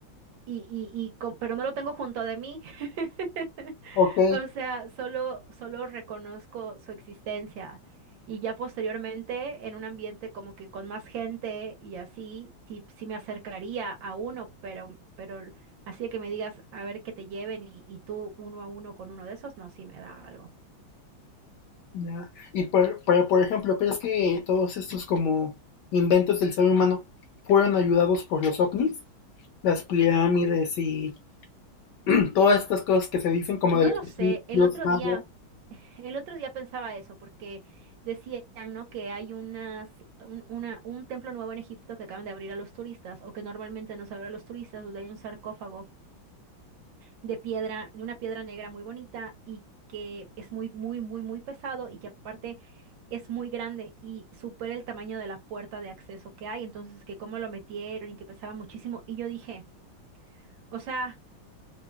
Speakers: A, on the right (about 70°); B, on the left (about 65°).
A: Y, y, y, com- pero no lo tengo junto de mí. <laughs>
B: Ok,
A: O sea, solo, solo reconozco su existencia y ya posteriormente en un ambiente como que con más gente y así, sí, sí me acercaría a uno, pero, pero así de que me digas a ver que te lleven y, y tú uno a uno con uno de esos, no, sí me da algo.
B: Ya. Y por, pero, por ejemplo, ¿crees que todos estos como inventos del ser humano fueron ayudados por los ovnis? Las pirámides y <clears throat> todas estas cosas que se dicen como
A: No
B: de los
A: lo sé,
B: egipcios,
A: el otro
B: mayas.
A: día, <laughs> el otro día pensaba eso porque decían, ¿no? que hay unas, un, una, un templo nuevo en Egipto que acaban de abrir a los turistas o que normalmente no se abre a los turistas, donde hay un sarcófago de piedra, de una piedra negra muy bonita y que es muy, muy, muy, muy pesado y que aparte es muy grande y supera el tamaño de la puerta de acceso que hay. Entonces, que cómo lo metieron y que pesaba muchísimo. Y yo dije, o sea...